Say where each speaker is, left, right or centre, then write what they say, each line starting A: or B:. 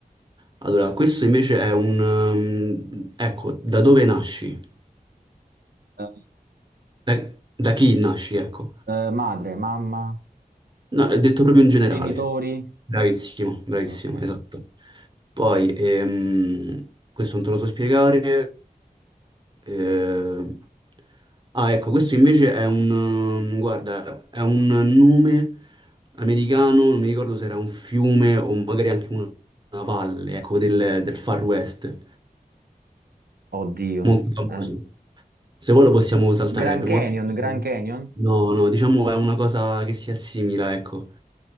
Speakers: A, on the right (about 30°); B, on the right (about 85°).
A: Allora, questo invece è un... ehm, ecco, da dove nasci?
B: Eh,
A: Da, da chi nasci, ecco.
B: eh, madre, mamma,
A: No, è detto proprio in generale.
B: genitori?
A: Bravissimo, bravissimo,
B: Ok.
A: esatto. Poi, ehm, questo non te lo so spiegare. eh, ah, ecco, questo invece è un, ehm, guarda, è un nome americano, non mi ricordo se era un fiume o magari anche una, una valle, ecco, del, del Far West,
B: Oddio.
A: molto famoso.
B: Eh,
A: Se vuoi lo possiamo saltare,
B: Grand
A: abbiamo
B: Canyon,
A: altri...
B: Grand Canyon?
A: No, no, diciamo è una cosa che si assimila, ecco.